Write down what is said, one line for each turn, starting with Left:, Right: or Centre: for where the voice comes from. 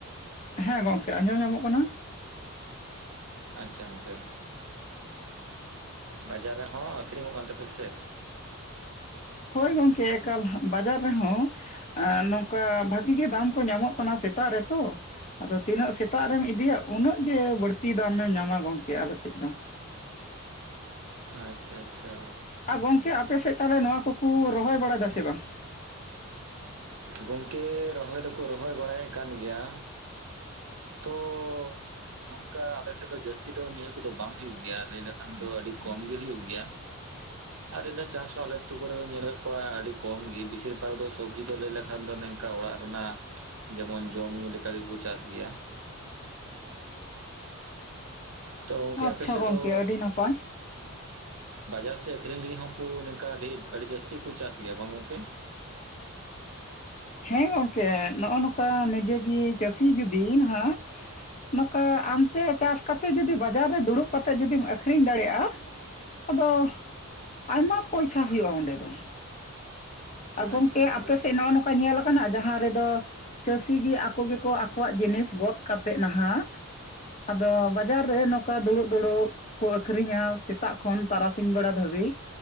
Left: ᱦᱮᱸ ᱜᱚᱝᱠᱮ ᱟᱸᱡᱚᱢ ᱧᱟᱢᱚᱜ ᱠᱟᱱᱟ?
Right: ᱟᱪᱪᱷᱟ ᱜᱚᱝᱠᱮ᱾ ᱵᱟᱡᱟᱨ ᱨᱮᱦᱚᱸ ᱟᱹᱠᱷᱨᱤᱧᱚᱜ ᱠᱟᱱ ᱛᱟᱯᱮᱭᱟ ᱥᱮ?
Left: ᱦᱳᱭ ᱜᱚᱝᱠᱮ ᱮᱠᱟᱞ ᱵᱟᱡᱟᱨ ᱨᱮᱦᱚᱸ ᱱᱚᱝᱠᱟ ᱵᱷᱟᱜᱤ ᱜᱮ ᱫᱟᱢ ᱠᱚ ᱧᱟᱢᱚᱜ ᱠᱟᱱᱟ ᱥᱮᱛᱟᱜ ᱨᱮᱛᱚ ᱟᱫᱚ ᱛᱤᱱᱟᱹᱜ ᱥᱮᱛᱟᱜ ᱨᱮᱢ ᱤᱫᱤᱭᱟ ᱩᱱᱟᱹ ᱜᱮ ᱵᱟᱹᱲᱛᱤ ᱫᱟᱢᱮᱢ ᱧᱟᱢᱟ ᱜᱚᱝᱠᱮ ᱟᱞᱮᱥᱮᱡ ᱫᱚ᱾
Right: ᱟᱪᱪᱷᱟ ᱟᱪᱪᱷᱟ᱾
Left: ᱟᱨ ᱜᱚᱝᱠᱮ ᱟᱯᱮᱥᱮᱫ ᱛᱟᱦᱞᱮ ᱱᱚᱣᱟ ᱠᱚᱠᱩ ᱨᱚᱦᱚᱭ ᱵᱟᱲᱟᱭᱫᱟ ᱥᱮ ᱵᱟᱝ?
Right: ᱜᱚᱝᱠᱮᱻ ᱨᱚᱦᱚᱭ ᱫᱚᱠᱚ ᱨᱚᱦᱚᱭ ᱵᱟᱲᱟᱭᱮᱜ ᱠᱟᱱ ᱜᱮᱭᱟ᱾ ᱛᱚᱻ ᱱᱚᱝᱠᱟ ᱟᱞᱮᱥᱮᱫ ᱫᱚ ᱡᱟᱹᱥᱛᱤ ᱫᱚ ᱱᱤᱭᱟᱹ ᱠᱚᱫᱚ ᱵᱟᱝ ᱦᱩᱭᱩᱜ ᱜᱮᱭᱟ ᱞᱟᱹᱭ ᱞᱮᱠᱷᱟᱱ ᱫᱚ ᱟᱹᱰᱤ ᱠᱚᱢᱜᱮ ᱦᱩᱭᱩᱜ ᱜᱮᱭᱟ᱾
Left: <inaudible>
Right: ᱟᱨ ᱤᱱᱟᱹ ᱪᱟᱥ ᱦᱚᱸ ᱟᱞᱮ ᱟᱛᱩ ᱠᱚᱨᱮ ᱫᱚᱧ ᱧᱮᱞ ᱟᱠᱟᱫ ᱠᱚᱣᱟ ᱟᱹᱰᱤ ᱠᱚᱢ ᱜᱮ, ᱵᱤᱥᱤᱨ ᱵᱷᱟᱜᱽ ᱫᱚ ᱥᱚᱵᱽᱡᱤ ᱫᱚ ᱞᱟᱹᱭ ᱞᱮᱻ ᱞᱮᱠᱷᱟᱱ ᱫᱚ ᱱᱤᱝᱠᱟ ᱚᱲᱟᱜ ᱨᱮᱱᱟᱜ ᱡᱮᱢᱚᱱ ᱡᱚᱢ-ᱧᱩ ᱞᱮᱠᱟ ᱜᱮᱵᱚ ᱪᱟᱥ ᱜᱮᱭᱟ᱾ ᱛᱚ ᱜᱚᱝᱠᱮ
Left: ᱟᱪᱪᱷᱟ
Right: ᱟᱯᱮ ᱥᱮᱫ
Left: ᱜᱚᱝᱠᱮ
Right: ᱫᱚᱻ
Left: ᱟᱹᱰᱤ ᱱᱟᱯᱟᱭ
Right: ᱵᱟᱡᱟᱨ ᱥᱮᱫ ᱟᱹᱠᱷᱨᱤᱧ ᱞᱟᱹᱜᱤᱫ ᱦᱚᱸᱠᱩ ᱱᱤᱝᱠᱟ ᱫᱷᱮᱨ, ᱟᱹᱰᱤ ᱡᱟᱹᱥᱛᱤ ᱠᱚ ᱪᱟᱥ ᱜᱮᱭᱟ ᱵᱟᱝ ᱜᱚᱝᱠᱮ?
Left: ᱦᱮᱸ ᱜᱚᱝᱠᱮ ᱱᱚᱜ-ᱚ ᱱᱚᱝᱠᱟ ᱱᱤᱡᱮ ᱜᱮ ᱪᱟᱹᱥᱤ ᱡᱩᱫᱤ ᱱᱟᱜ ᱱᱚᱝᱠᱟ ᱟᱢᱛᱮ ᱪᱟᱥ ᱠᱟᱛᱮ ᱡᱩᱫᱤ ᱵᱟᱡᱟᱨ ᱨᱮ ᱫᱩᱲᱩᱵ ᱠᱟᱛᱮᱫ ᱡᱩᱫᱤᱢ ᱟᱠᱠᱷᱨᱤᱧ ᱫᱟᱲᱮᱭᱟᱜ-ᱟ, ᱟᱫᱚ ᱟᱭᱢᱟ ᱯᱚᱭᱥᱟ ᱦᱩᱭᱩ-ᱟ ᱚᱸᱰᱮ ᱫᱚ᱾ ᱟᱨ ᱜᱚᱝᱠᱮ
Right: ᱟᱪᱪᱷᱟ ᱟᱪᱪᱷᱟ
Left: ᱟᱯᱮ ᱥᱮᱫ ᱱᱚᱜ-ᱚ ᱱᱚᱝᱠᱟ ᱧᱮᱞ ᱠᱟᱱᱟ ᱡᱟᱦᱟᱸ ᱨᱮᱫᱚᱻ ᱪᱟᱹᱥᱤ ᱜᱮ ᱟᱠᱚ ᱜᱮᱠᱚ ᱟᱠᱚᱣᱟᱜ ᱡᱤᱱᱤᱥ ᱜᱚᱫ ᱠᱟᱛᱮᱫ ᱱᱟᱦᱟᱜ ᱟᱫᱚ ᱵᱟᱡᱟᱨ ᱨᱮ ᱱᱚᱝᱠᱟ ᱫᱩᱲᱩᱵ ᱫᱩᱲᱩᱵ ᱠᱚ ᱟᱹᱠᱷᱨᱤᱧᱟ ᱥᱮᱛᱟᱜ ᱠᱷᱚᱱ ᱛᱟᱨᱟᱥᱤᱧ ᱵᱮᱲᱟ ᱫᱷᱟᱹᱵᱤᱡ᱾